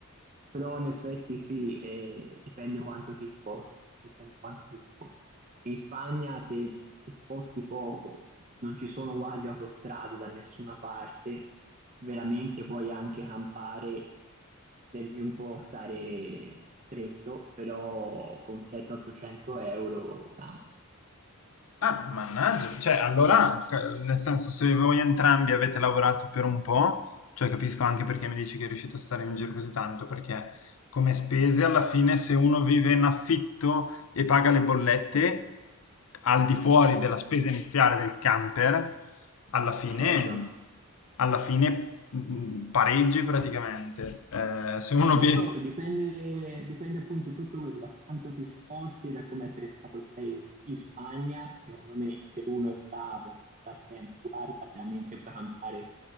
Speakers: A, on the right; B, on the left.
A: Però in effetti sì, eh, dipende quanto ti sposti, dipende quanto ti sposti. In Spagna se ti sposti poco, non ci sono quasi autostrade da nessuna parte, veramente puoi anche campare, devi un po' stare stretto, però con 700-800 euro campi.
B: Ah, mannaggia, cioè allora, cioè, nel senso, se voi entrambi avete lavorato per un po', cioè capisco anche perché mi dici che è riuscito a stare in giro così tanto, perché come spese alla fine se uno vive in affitto e paga le bollette al di fuori della spesa iniziale del camper, alla fine,
A: Certo,
B: alla fine mh, pareggi praticamente. Eh, se uno
A: No, no,
B: viene,
A: certo, dipende, dipende appunto tutto quello da quanto ti sposti e da come è trattato il paese. In Spagna, secondo me, se uno è bravo, sta attento, guarda, veramente puoi campare